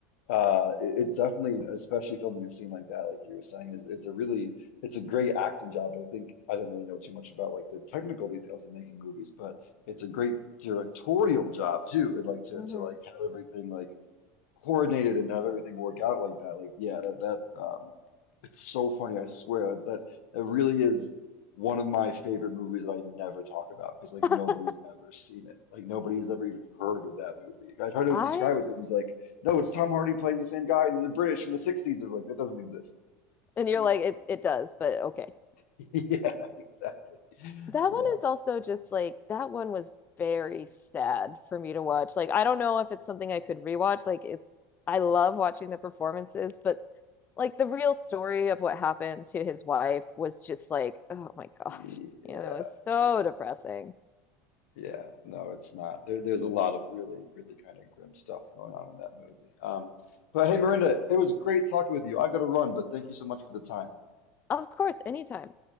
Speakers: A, on the left; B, on the left.
A: uh it- it's definitely especially filming a scene like that, like you were saying, is it's a really it's a great acting job. And I think I don't really know too much about like the technical details of making movies, but it's a great directorial job too. And like to
B: hmm
A: to like have everything like coordinated and have everything work out like that. Like, yeah, that, that um, it's so funny. I swear that that really is one of my favorite movies that I never talk about because like
B: <laughs>
A: nobody's ever seen it. Like nobody's ever even heard of that movie. Like, I try to
B: I
A: describe it to them as like, no, it's Tom Hardy playing the same guy in the British in the 60s. They're like, that doesn't exist,
B: and you're
A: you know?
B: like,
A: <laughs>
B: it it does, but okay.
A: Yeah, exactly.
B: That
A: Yeah.
B: one is also just like that one was very sad for me to watch. Like I don't know if it's something I could rewatch. Like it's I love watching the performances, but like the real story of what happened to his wife was just like, oh my gosh,
A: Yeah.
B: you know, it was so
A: Yeah.
B: depressing.
A: Yeah, no, it's not. There, there's a lot of really, really kind of grim stuff going on in that movie. Um, but hey, Miranda, it was great talking with you. I gotta run, but thank you so much for the time.
B: Of course, anytime.